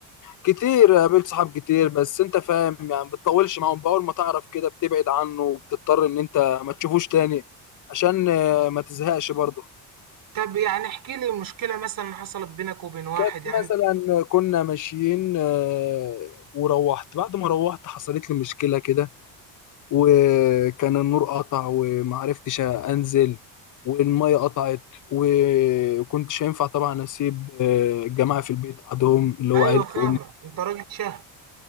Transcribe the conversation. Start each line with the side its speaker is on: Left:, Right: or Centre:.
Left: كتير قابلت صحاب كتير بس انت فاهم يعني بتطولش معاهم بأول ما تعرف كده بتبعد عنه وبتضطر ان انت ما تشوفوش تاني عشان آه، ما تزهقش برضه
Right: طب يعني احكي لي مشكله مثلا حصلت بينك وبين واحد
Left: كانت
Right: يعني
Left: مثلا كنا ماشيين آه، وروحت بعد ما روحت حصلت لي مشكلة كده وكان النور قطع ومعرفتش انزل والمية قطعت وكنتش هينفع طبعا اسيب آه، الجماعة في البيت وحدهم اللي هو
Right: ايوه
Left: عيلة
Right: فاهمك
Left: امي
Right: انت راجل شهم